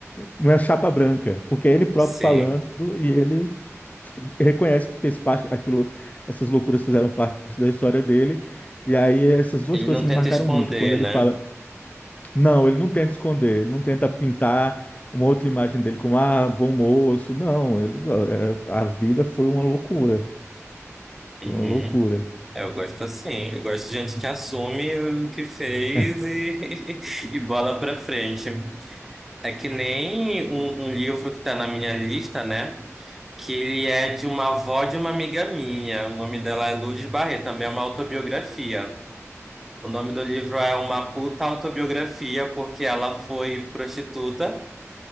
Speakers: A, on the left; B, in the centre.
A: não é chapa branca, porque é ele próprio
B: Sim.
A: falando e ele reconhece que fez parte aquilo, essas loucuras fizeram parte da história dele. E aí essas duas
B: Ele
A: coisas
B: não
A: me
B: tenta
A: marcaram
B: esconder,
A: muito. Quando ele
B: né?
A: fala, não, ele não tenta esconder, ele não tenta pintar uma outra imagem dele como ah, bom moço. Não, ele ó, é, a vida foi uma loucura, foi
B: Uhum.
A: uma loucura.
B: É, eu gosto assim. Eu gosto de gente que assume o que fez
A: <laughs>
B: e, <laughs> e bola pra frente. É que nem um, um livro que tá na minha lista, né? Que ele é de uma avó de uma amiga minha. O nome dela é Lourdes Barreto, também é uma autobiografia. O nome do livro é Uma Puta Autobiografia, porque ela foi prostituta,